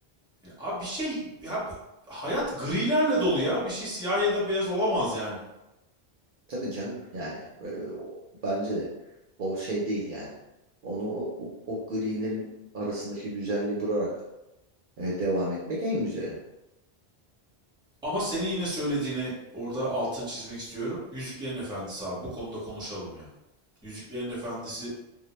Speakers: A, in the centre; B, on the right.
A: Ya Abi bir şey ya hayat grilerle dolu ya. Bir şey siyah ya da beyaz olamaz yani.
B: Tabii canım yani. Ee, o- bence de. O şey değil yani. Onu o, o, o grilerin arasındaki güzelliği bularak e, devam etmek en güzeli.
A: Ama senin yine söylediğini orada altını çizmek istiyorum. Yüzüklerin Efendisi abi bu konuda konuşalım ya. Yüzüklerin Efendisi